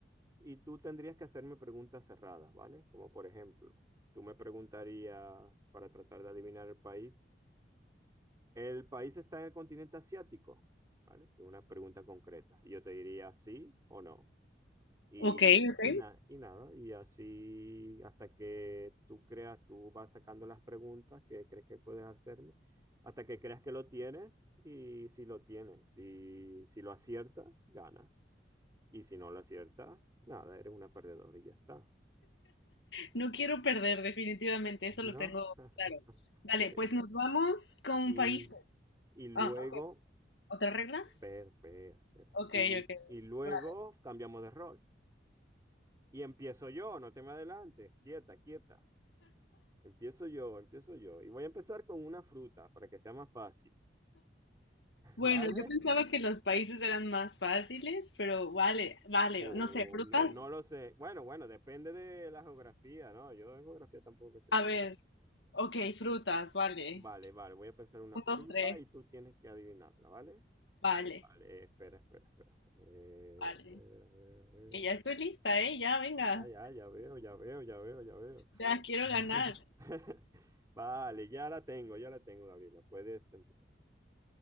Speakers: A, on the right (about 20°); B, on the left (about 80°).
A: Y tú tendrías que hacerme preguntas cerradas, ¿vale? Como por ejemplo, tú me preguntarías para tratar de adivinar el país, ¿el país está en el continente asiático? ¿Vale? Es una pregunta concreta. Y yo te diría sí o no. Y,
B: ok, ok.
A: y, na- y nada, y así hasta que tú creas, tú vas sacando las preguntas que crees que puedes hacerme, hasta que creas que lo tienes y si lo tienes, si, si lo aciertas, ganas. Y si no lo aciertas, nada, eres una perdedora y ya está.
B: No quiero perder, definitivamente, eso
A: ¿No?
B: lo tengo
A: <laughs>
B: claro. Vale,
A: Este,
B: pues nos vamos con
A: y,
B: países.
A: y luego,
B: Ah, ok. ¿Otra regla?
A: espera, espera, espera.
B: Ok,
A: Y,
B: ok.
A: y luego
B: vale.
A: cambiamos de rol. Y empiezo yo, no te me adelantes, quieta, quieta. Empiezo yo, empiezo yo. Y voy a empezar con una fruta para que sea más fácil, <laughs>
B: Bueno,
A: ¿vale?
B: yo pensaba que los países eran más fáciles, pero vale, vale.
A: O
B: No sé, frutas.
A: no, no lo sé. Bueno, bueno, depende de la geografía, ¿no? Yo en geografía tampoco sé
B: A
A: mucho.
B: ver. Ok, frutas, vale.
A: Vale, vale, voy a pensar una
B: Un,
A: fruta
B: dos, tres,
A: y tú tienes que adivinarla, ¿vale?
B: vale,
A: Vale, espera, espera, espera. Eh,
B: vale.
A: a ver, a ver, a ver.
B: Y ya estoy lista, ¿eh? Ya, venga.
A: Ah, ya, ya veo, ya veo, ya veo, ya veo.
B: Ya quiero
A: <laughs>
B: ganar.
A: Vale, ya la tengo, ya la tengo, Gabriela. Puedes empezar.